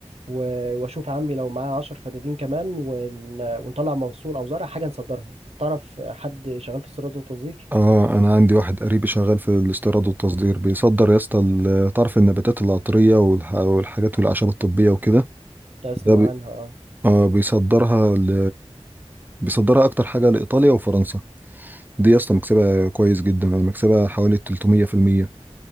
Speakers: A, on the right; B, on the right.
A: و- واشوف عمي لو معاه 10 فدادين كمان ون... ونطلع منصور او زرع حاجه نصدرها تعرف حد شغال في الصيدله والتصدير
B: اه انا عندي واحد قريبي شغال في الاستيراد والتصدير بيصدر يا اسطى ال- تعرف النباتات العطريه والح- والحاجات والاعشاب الطبيه وكده
A: اسمع
B: ده
A: عنها اه
B: اه بيصدرها ل... بيصدرها اكتر حاجه لايطاليا وفرنسا دي يا اسطى مكسبها كويس جدا يعني مكسبها حوالي 300%